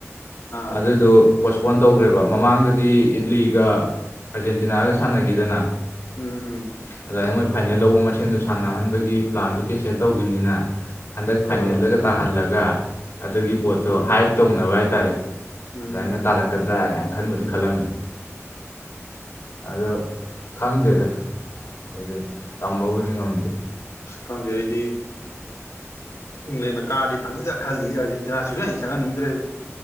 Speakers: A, on the left; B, on the left.
A: ꯑꯥ
B: ꯑꯗꯨꯗꯨ ꯄꯣꯁꯄꯣꯟ ꯇꯧꯒ꯭ꯔꯦꯕ ꯃꯃꯥꯡꯗꯗꯤ ꯏꯠꯂꯤꯒ ꯑꯥꯔꯖꯦꯟꯇꯤꯅꯥꯒ ꯁꯥꯟꯅꯒꯤꯗꯅ
A: ꯎꯝ ꯎꯝ
B: ꯑꯗꯨꯋꯥꯏꯅ ꯃꯣꯏ ꯐꯥꯏꯅꯦꯜ ꯂꯧꯕ ꯃꯁꯦꯟꯗꯨ ꯁꯥꯟꯅꯍꯟꯕꯒꯤ ꯄ꯭ꯂꯥꯟꯗꯨ ꯀꯦꯟꯁꯦꯜ ꯇꯧꯒꯤꯝꯅꯤꯅ ꯍꯟꯗꯛ ꯐꯥꯏꯅꯦꯜꯗꯒ
A: ꯑ
B: ꯇꯥꯍꯜꯂꯒ ꯑꯗꯨꯒꯤ ꯄꯣꯠꯇꯣ
A: ꯑꯥ
B: ꯍꯥꯏꯞ ꯇꯧꯅꯕ ꯍꯥꯏꯇꯥꯔꯦ
A: ꯎꯝ
B: ꯑꯗꯥꯏꯅ ꯇꯥꯔꯛꯀꯗ꯭ꯔꯥ ꯀꯥꯏꯅ ꯈꯟꯕꯨꯗꯤ ꯈꯜꯂꯝꯃꯦ ꯑꯗꯣ ꯈꯪꯗꯦꯗ ꯍꯥꯏꯗꯤ ꯇꯝꯕꯕꯨꯗꯤ ꯉꯝꯗꯦ
A: ꯑꯁ ꯈꯪꯗꯦ ꯑꯩꯗꯤ ꯏꯪꯂꯦꯟꯅ ꯀꯥꯔꯗꯤ ꯐꯅꯤꯗ ꯈꯜꯂꯤꯌꯦ ꯑꯔꯖꯦꯟꯇꯤꯅꯥ ꯁꯨꯡꯆꯪ ꯍꯦꯛ ꯆꯪꯍꯟꯅꯤꯡꯗ꯭ꯔꯦꯕ